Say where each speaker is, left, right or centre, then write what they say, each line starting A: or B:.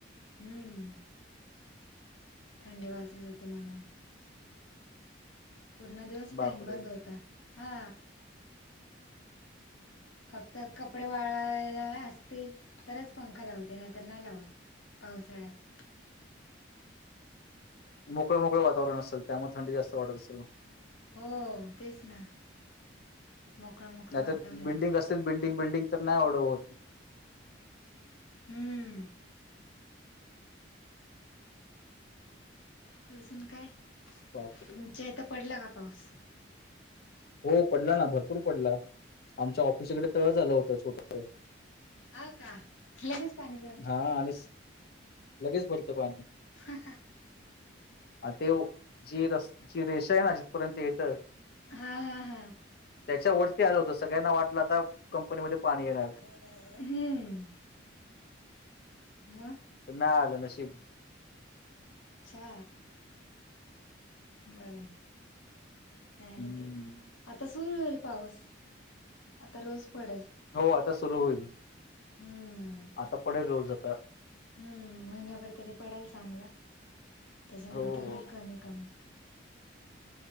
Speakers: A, on the left; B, on the left.
A: हम्म थंडी वाजत होते म्हणून. पूर्ण दिवस
B: बापरे
A: फॅन बंद होता हा. फक्त कपडे वाळायला असतील तरच पंखा लावते नाहीतर नाही लावत. पावसाळ्यात.
B: मोकळं मोकळ वातावरण असेल त्यामुळ थंडी जास्त वाटत असल.
A: हो तेच ना. मोकळं मोकळं
B: नाही
A: वातावरण
B: तर बिल्डिंग असेल बिल्डिंग बिल्डिंग तर नाही येवढं होत.
A: हम्म. अजून काय तुमच्या
B: बापरे.
A: इता पडला का पाऊस?
B: हो पडला ना भरपूर पडला आमच्या ऑफिसकडे तळ झा आलं होतं छोटस.
A: हा का. लगेच पाणी झा
B: हा आणिच लगेच भरत पाणी.
A: हा हा.
B: अ ते जी रस जी रेषा आहे ना जिथपर्यंत येतं
A: हा हा हा.
B: त्याच्यावरती आलं होतं सगळ्यांना वाटलं आता कंपनीमध्ये पाणी येणार.
A: हम् म
B: तर नाही आलं नशीब.
A: अच्छा बराय नाही
B: हम्म
A: आल ते आता सुरू होईल पाऊस आता रोज पडेल.
B: हो आता सुरू होईल
A: हम्म
B: आता पडेल रोज आता
A: हम्म महिन्या भर तरी पडाल चांगला त्याच्यानंतर
B: हो हो
A: होईल कमी कमी.